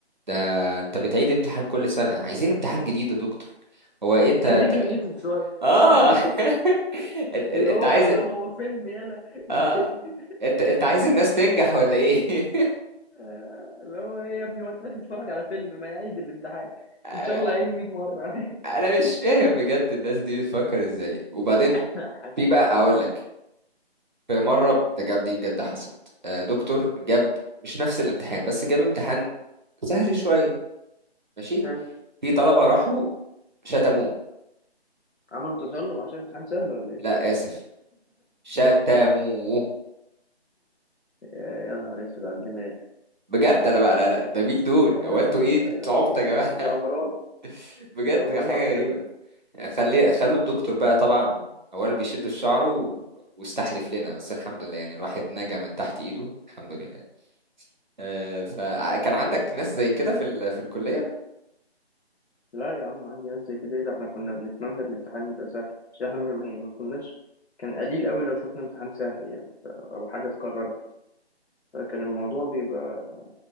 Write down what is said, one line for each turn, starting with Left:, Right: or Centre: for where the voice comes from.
Right: ده انت
Left: مم.
Right: بتعيد امتحان كل سنه عايزين امتحان جديد يا دكتور هو إيه انت انت-
Left: خليك كرييتيف شوية
Right: اه
Left: <laughs>
Right: <laughs> انت
Left: اللي
Right: أنت
Left: هو
Right: عايز
Left: هو فيلم يلا
Right: اه
Left: <laughs>
Right: انت انت عايز الناس تنجح ولا ايه
Left: آه، اللي هو ايه يا ابني وقت داخل تتفرج على فيلم ما يعيد الامتحان
Right: <laughs>
Left: ان شاء الله يعيده 100 مرة
Right: انا مش فاهم بجد الناس دي بتفكر ازاي وبعدين
Left: <laughs> حاجة
Right: في
Left: حاجة
Right: بقى
Left: صعبة
Right: اقول لك في مرة بجد دي بجد حصلت آه، دكتور جاب مش نفس الامتحان بس جاب امتحان سهل شوية ماشي
Left: حلو
Right: في طلبة راحوا شتموه
Left: عملوا تظلم عشان امتحان سهل ولا ايه؟
Right: لا آسف شتموه
Left: يا يا نهار اسود على الدماغ
Right: بجد انا بقى لا لا ده مين دول
Left: لا
Right: هو انتوا
Left: لا ده-
Right: ايه انتوا عبط
Left: دي
Right: يا
Left: دي,
Right: جماعة
Left: دي امراض
Right: <laughs> بجد
Left: دي امراض
Right: حاجة
Left: عقلية
Right: غريبة خلي خلوا الدكتور بقى طبعا اولا بيشد في شعره و- واستحلف لنا بس الحمد لله يعني الواحد نجا من تحت ايده الحمد لله آه، فكان عندك ناس زي كده في ال... في الكلية
Left: لا يا عم عندي ناس زي كده ايه ده احنا كنا بنتمنى الامتحان يبقى سهل عشان احنا ما ما- ما كناش كان قليل قوي لو شفنا امتحان سهل يعني ف... او حاجه اتكررت فكان الموضوع بيبقى